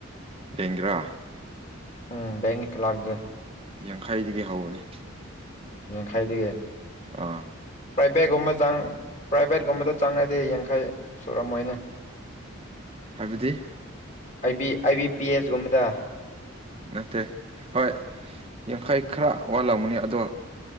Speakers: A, on the right; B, on the left.
A: ꯗꯦꯡꯒ꯭ꯔꯥ
B: ꯎꯝ ꯕꯦꯡꯀꯤ ꯀ꯭ꯂꯥꯛꯗꯣ
A: ꯌꯥꯡꯈꯩꯗꯒꯤ ꯍꯧꯕꯅꯤ
B: ꯌꯥꯡꯈꯩꯗꯒꯤ
A: ꯑꯥ
B: ꯄ꯭ꯔꯥꯏꯚꯦꯠꯀꯨꯝꯕ ꯆꯪ ꯄ꯭ꯔꯥꯏꯚꯦꯠꯀꯨꯝꯕꯗ ꯆꯪꯉꯗꯤ ꯌꯥꯡꯈꯩ ꯁꯨꯔꯝꯃꯣꯏꯅꯦ <inaudible>
A: ꯍꯥꯏꯕꯗꯤ
B: ꯑꯩ ꯕꯤ ꯑꯥꯏ ꯕꯤ ꯄꯤ ꯑꯦꯁꯒꯨꯝꯕꯗ
A: ꯅꯠꯇꯦ ꯍꯣꯏ ꯌꯥꯡꯈꯩ ꯈꯔ ꯋꯥꯠꯂꯝꯕꯅꯤ ꯑꯗꯣ